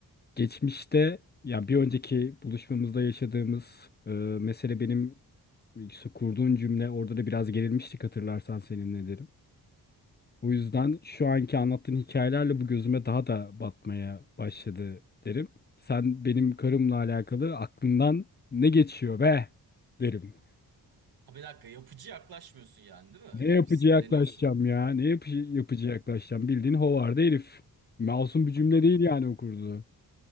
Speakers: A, on the left (about 25°); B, on the right (about 65°).
A: geçmişte yani bir önceki buluşmamızda yaşadığımız eee, mesele benim işte kurduğun cümle orada da biraz gerilmiştik hatırlarsan seninle derim. O yüzden şu anki anlattığın hikayelerle bu gözüme daha da batmaya başladı derim. Sen benim karımla alakalı aklından ne geçiyor be derim.
B: Ha bir dakika yapıcı yaklaşmıyorsun yani değil mi?
A: Ne
B: Hani
A: yapıcı
B: sinirleniyorsun.
A: yaklaşacağım ya? Ne yapı yapıcı yaklaşacağım? Bildiğin hovarda herif. Masum bir cümle değil yani o kurduğu.